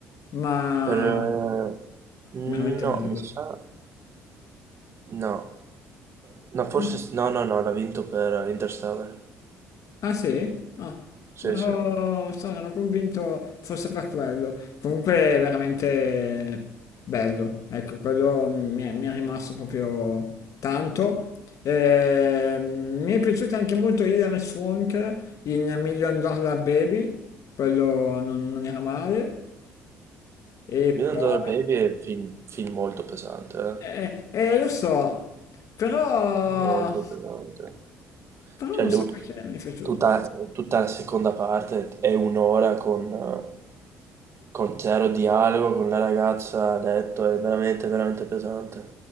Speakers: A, on the left; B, on the right.
A: ma
B: Per... eh,
A: veramente
B: No,
A: bello.
B: mi sa... No, No, forse...
A: No.
B: No, no, no, l'ha vinto per eh, Interstellar.
A: Ah sì? Ah,
B: Sì,
A: ero,
B: sì.
A: so, ero convinto fosse per quello. Comunque è veramente bello, ecco, quello mi è, mi è rimasto proprio tanto. Eh, mi è piaciuto anche molto Hilary Swank in Million Dollar Baby, quello non non era male. E
B: Million
A: poi...
B: Dollar Baby è un film, film molto pesante, eh.
A: Eh, eh, lo so, però...
B: Molto pesante.
A: Però
B: Cioè,
A: non
B: lui,
A: so perché mi è piaciuto.
B: tutta, tutta la seconda parte è un'ora con, eh, con zero dialogo, con la ragazza a letto, è veramente, veramente pesante.